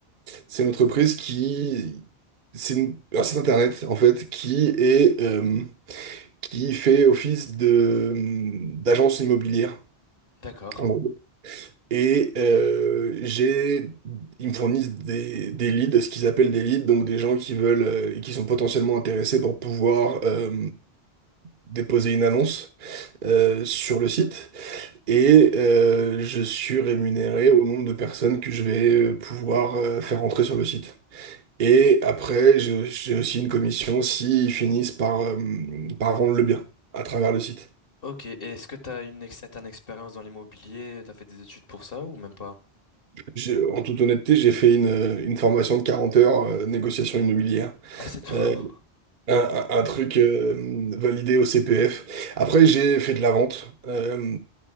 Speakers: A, on the right; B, on the left.
A: c'est une entreprise qui... C'est une- un site internet, en fait, qui est, euh, qui fait office de, d'agence immobilière,
B: D'accord.
A: en gros. Et euh, j'ai... Ils me fournissent des, des leads, ce qu'ils appellent des leads, donc des gens qui veulent... euh, et qui sont potentiellement intéressés pour pouvoir... euh, déposer une annonce euh, sur le site et euh, je suis rémunéré au nombre de personnes que je vais pouvoir euh, faire entrer sur le site. Et après, je- j'ai aussi une commission s'ils finissent par, euh, par rendre le bien à travers le site.
B: Ok, et est-ce que t'as une, ex- t'as une expérience dans l'immobilier? T'as fait des études pour ça ou même pas?
A: J'ai- en toute honnêteté, j'ai fait une, euh, une formation de 40 heures, euh, négociation immobilière,
B: Ah, c'est tout.
A: Euh,
B: <laughs>
A: un, un- un truc euh, validé au CPF. Après, j'ai fait de la vente. Euh,